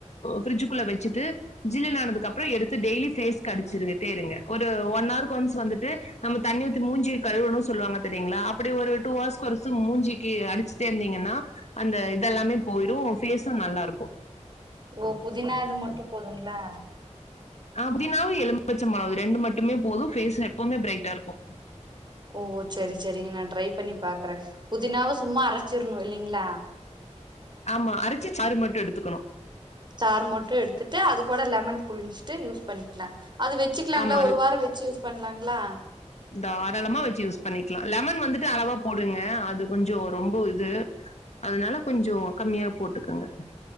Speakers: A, on the left; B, on the right.
A: ஃபிரிட்ஜுகுள்ள வச்சுட்டு ஜில்லுனு ஆனதுக்கப்றோ எடுத்து டெய்லி ஃபேஸ்கடிச்சுரு தேருங்க ஒரு ஒன் ஆர்கு ஒன்ஸ் வந்துட்டு நம்ப தண்ணி ஊத்தி மூஞ்சிய கழுவனு சொல்லுவாங்க செரிங்ளா அப்டி ஒரு டூ ஆர்ஸ்கு ஒன்ஸு மூஞ்சிக்கு அடுச்சுட்டேருந்தீங்கன்னா அந்த இதெல்லாமே போய்டு ஃபேஸு நல்லாருக்கு
B: ஓ புதினாது மட்டு போதுங்களா
A: அப்டினாலு எலும்பிச்ச பழோ இது ரெண்டு மட்டுமே போது ஃபேஸ் எப்பவுமே பிரைட்டாருக்கு
B: ஓ செரி செரிங்க நா ட்ரை பண்ணி பாக்றே புதினாவ சும்மா அரச்சிற்ணு இல்லிங்ளா
A: ஆமா அரச்சு சாறு மட்டு எடுத்துக்குணு
B: சாரு மட்டு எடுத்துட்டு அது கூட லெமன் புழுஞ்சிட்டு யூஸ் பண்ணி இல்ல அது வெச்சுக்லாங்ளா
A: ஆமா
B: ஒரு வாரோ வெச்சு யூஸ் பண்லாங் ளா
A: தாராளமா வெச்சு யூஸ் பண்ணிக்லா லெமன் வந்துட்டு அளவா போடுங்க அது கொஞ்சோ ரொம்ப இது அதனால கொஞ்சோ கம்மியா போட்டு <unintelligible>